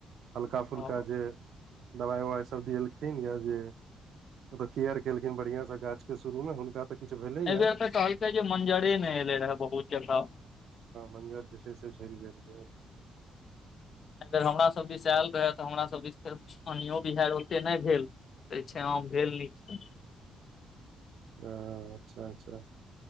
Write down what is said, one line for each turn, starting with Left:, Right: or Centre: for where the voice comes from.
Right: हल्का-फुल्का
Left: ओ
Right: जे दबाइ-उवाइ सभ देएलखिन, जे ओ तऽ केयर केलखिन बढ़िया स गाछ के शुरू मे हुनका तऽ किछु भेलैया
Left: एहि बेेर तऽ कहलकै जे मञ्जरे नहि एलै रहए बहुत जगह
Right: मञ्जर जे छैे से झरि गेल रहै
Left: एहि बेर हमरासब दिस आयल रहए तऽ हमरा सभ दिस फेर पानियो बिहारि ओते नहि भेल छै आम भेल नीक
Right: ह अच्छा अच्छा